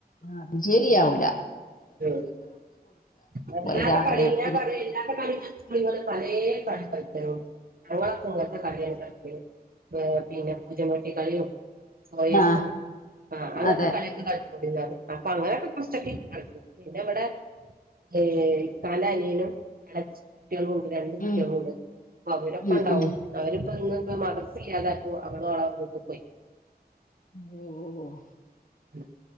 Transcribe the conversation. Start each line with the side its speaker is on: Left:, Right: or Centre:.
Left: ആഹ്, ജരിയാവൂല.
Right: ഉം വല്ലാത്ത
Left: ഓരോരാഗ്രഹത്തിന്
Right: കളിന്നെ ഞാൻ പറിം എല്ലാത്ത കളി കൾച്ചോളി ങ്ങള് പറിം എല്ലേ കളി കൾച്ചണം. ഞങ്ങളൊക്കെ ഇത്‌പോലത്തെ കളിയാണ് കളിക്കല്. ഏഹ്, പിന്നെ പൂജം വെട്ടി കളീം. എസ് ഒ എസ്സും,
Left: ആഹ്
Right: ആഹ് അങ്ങൻത്തെ
Left: അതെ
Right: കളിയൊക്കെ കളിച്ചോളിന്ന്റിം അപ്പൊ അങ്ങനെയൊക്കെ കൊറച്ചൊക്കെ ഇരുന്ന് കളി ക്കും. പിന്നെ ഇവിടെ, ഏ ഹ് ഇക്കാന്റെ അനിയനും എളച്ച കുട്ടിയാളുണ്ട് രണ്ട് കുട്ടിയാളു
Left: ഉം
Right: ണ്ട് അപ്പൊ അവരൊക്കെണ്ടാവും.
Left: ഉം ഉം
Right: അവരിപ്പന്ന് ഇന്ന് മദ്രസ്സ് ഇല്ലാതായപ്പോ, അവള് ഓ ളെ വീട്ട് പോയി.
Left: <unintelligible>
Right: ഉം